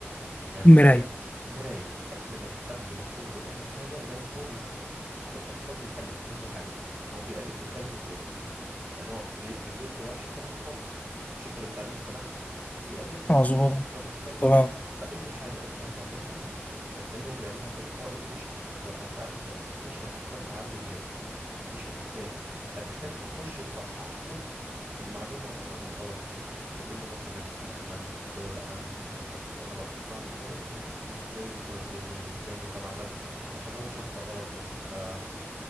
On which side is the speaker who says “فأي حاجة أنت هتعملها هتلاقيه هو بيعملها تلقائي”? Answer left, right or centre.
Right